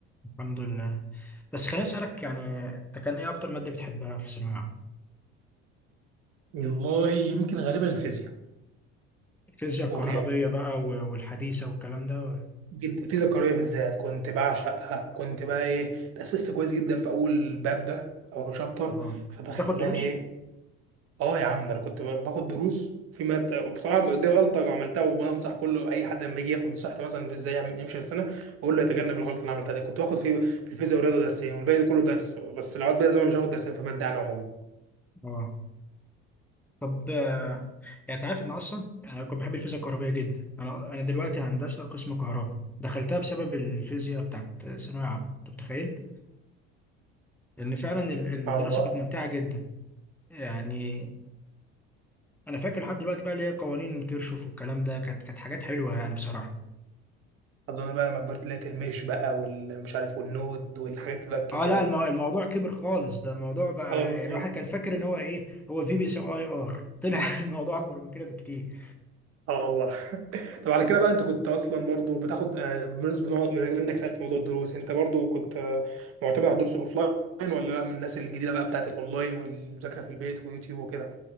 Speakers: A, in the centre; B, on the right.
A: الحمد لله بس خليني اسالك يعني انت كان ايه اكتر ماده بتحبها في ثانويه عامه
B: والله يمكن غالبا الفيزياء
A: الفيزياء الكهربيه
B: والرياضه
A: بقى و- والحديثه والكلام ده و-
B: جدا الفيزياء الكهربائيه بالذات كنت بعشقها كنت بقى ايه تاسست كويس جدا في اول باب ده اول شابتر
A: اه
B: فده
A: بتاخد
B: خلاني
A: دروس
B: ايه اه يا عم ده انا كنت باخد دروس في ماده وبصراحه دي غلطه عملتها وبنصح كله اي حد لما يجي ياخد نصيحتي مثلا في ازاي يعمل يمشي في السنه بقول له يتجنب الغلطه اللي عملتها دي كنت باخد في في الفيزياء ورياضه درسين والباقي ده كله درس بس العواد بقى زمان مش هاخد درسين في ماده انا عموما
A: اه طب آه، يعني انت عارف ان اصلا انا كنت بحب الفيزياء الكهربائيه جدا انا انا دلوقتي هندسه قسم كهرباء دخلتها بسبب الفيزياء بتاعت ثانويه عامه انت متخيل ان فعلا ال-
B: سبحان
A: الدراسه
B: الله
A: كانت ممتعه جدا يعني انا فاكر لحد دلوقتي بقى ليه قوانين كيرشوف والكلام ده كانت كانت حاجات حلوه يعني بصراحه
B: اظن بقى لما كبرت لقيت المش بقى والمش عارف والنود والحاجات بقى الكبيره
A: اه لا
B: بقى
A: المو- الموضوع كبر خالص ده الموضوع بقى
B: خلاص
A: يعني الواحد
B: والله.
A: كان فاكر ان هو ايه هو في بيساوي اي ار طلع <laughs> الموضوع اكبر من كده بكتير
B: اه والله طب على كده بقى انت كنت اصلا برضو بتاخد يعني بالنسبه لمو- من انك سالت موضوع الدروس انت برضو كنت آه، معتمد على الدروس الاوفلاين ولا لا من الناس الجديده بقى بتاعت الاونلاين والمذاكره في البيت ويوتيوب وكده